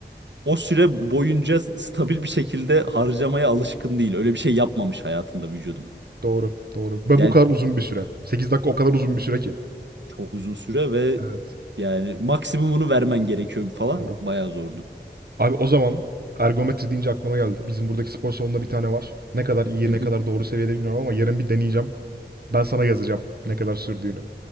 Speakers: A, on the right (about 80°); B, on the right (about 55°).
A: o süre boyunca stabil bir şekilde harcamaya alışkın değil. Öyle bir şey yapmamış hayatında vücudum.
B: Doğru, doğru. Ve
A: Yani
B: bu kadar uzun bir süre. 8 dakika o kadar uzun bir süre ki.
A: çok uzun süre ve
B: Evet,
A: yani maksimumunu vermen gerekiyor falan
B: doğru.
A: bayağı zordu.
B: Abi o zaman ergometre deyince aklıma geldi. Bizim buradaki spor salonunda bir tane var. Ne kadar iyi,
A: Hı
B: ne
A: hı.
B: kadar doğru seviyede bilmiyorum ama yarın bir deneyeceğim. Ben sana yazacağım ne kadar sürdüğünü.